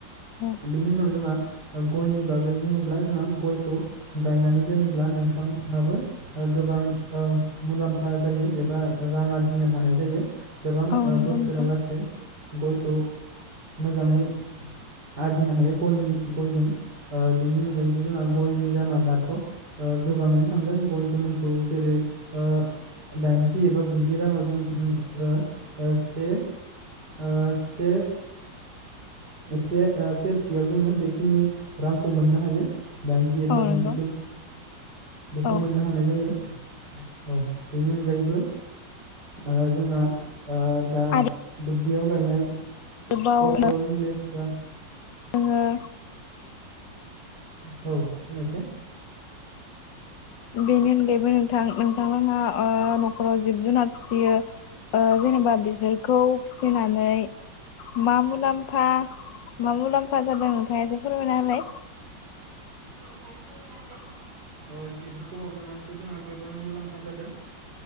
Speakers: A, on the left; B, on the right.
A: औ
B: बेनि उनाव जोंहा गयनि बागै बुङोब्ला जोंहा गयखौ गायनानै दोनोब्ला नोंथाङाबो ओ गोबां ओ मुलाम्फा जायो एबा रां आरजिनो हानाय जायो। गोबां
A: औ
B: ओ
A: नंगौ
B: बोसोरालासे
A: नोंथां
B: गयखौ मोजाङै आरजिनो हायो गयनि गयजों बिनि अनगायैबो जोंहा गयनि दामा दाथ ओ गोबाङैनो थांदों गय गोमोनखौ जेरै ओ दाइनजि एबा गुजि राङाव जों ओ ओ से ओ से से ओ सेरसेयाव जोङो बेखिनि रांखौ मोननो हायो। दाइनजि एबा
A: औ
B: गुजि
A: नंगौ
B: बेखौ
A: औ
B: मोननो हानाय जायो औ बेनि अनगायैबो ओ जोंहा ओ दा
A: आरो
B: ब्लियाव गायनाय
A: आरोबाव
B: पटल लेस <unintelligible>
A: जोङो
B: औ बुंनायसाय
A: बेनि अनगायैबो नोंथां नोंथांमोनहा ओ नखराव जिब जुनार फिसियो ओ जेनेबा बिसोरखौ फिसिनानै मा मुलाम्फा मा मुलाम्फा जादों नोंथाङा एसे फोरमायना होलाय।
B: अइ बेफोरखौ माबानानैथ जोंहा गोबां मुलाम्फा जादों